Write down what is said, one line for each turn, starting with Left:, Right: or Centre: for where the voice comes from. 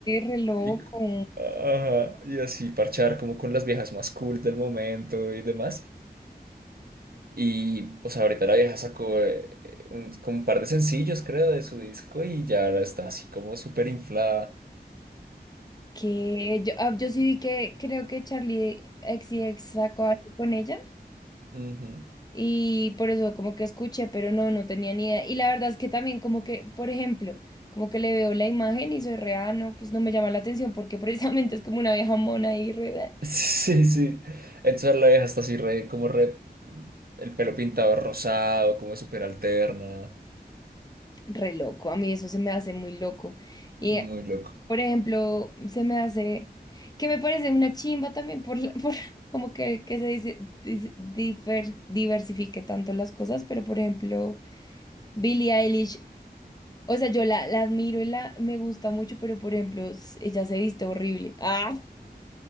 Left: re loco.
Right: Y, ajá, y así parchar como con las viejas más cool del momento y demás. Y, o sea, ahorita la vieja sacó eh, eh, un, como un par de sencillos, creo, de su disco y ya ahora está así como súper inflada.
Left: Que yo, ah, yo sí vi que creo que Charlie XCX sacó algo con ella
Right: Ujú. <laughs>
Left: y por eso como que escuché, pero no, no tenía ni idea. Y la verdad es que también como que, por ejemplo, como que le veo la imagen y soy re, ah, no, pues no me llama la atención porque <laughs> precisamente es como una vieja mona y re. Bleh.
Right: Sí, sí. Entonces la vieja está así re, como re, el pelo pintado rosado, como súper alterna.
Left: re loco. A mí eso se me hace muy loco. Y,
Right: Muy loco.
Left: por ejemplo, se me hace, que me parece una chimba también por, la- por <laughs> como que, que se dice, dis- difer- diversifique tanto las cosas, pero por ejemplo, Billie Eilish, o sea, yo la, la admiro y la me gusta mucho, pero por ejemplo, s- ella se viste horrible. ¡Ah!